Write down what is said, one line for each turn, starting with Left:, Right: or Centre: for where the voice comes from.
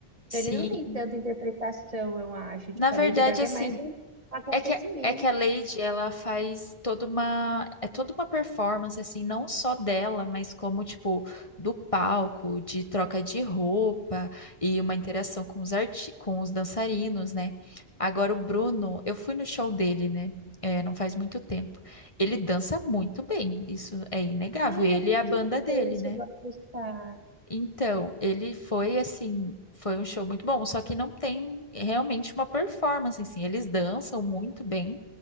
Right: Então
Left: Sim.
Right: ele não tem tanta interpretação, eu acho.
Left: Na
Right: Tipo,
Left: verdade,
Right: a Lady Gaga
Left: assim,
Right: é mais um acontecimento.
Left: É que, é que a Lady, ela faz toda uma, é toda uma performance, assim, não só dela, mas como, tipo, do palco, de troca de roupa e uma interação com os arti com os dançarinos, né? Agora, o Bruno, eu fui no show dele, né? É, não faz muito tempo. Ele dança muito bem, isso é inegável.
Right: Ai,
Left: Ele
Right: eu sei
Left: e a banda
Right: que
Left: dele,
Right: você
Left: né?
Right: chegou a gostar.
Left: Então, ele foi assim, foi um show muito bom, só que não tem realmente uma performance assim. Eles dançam muito bem,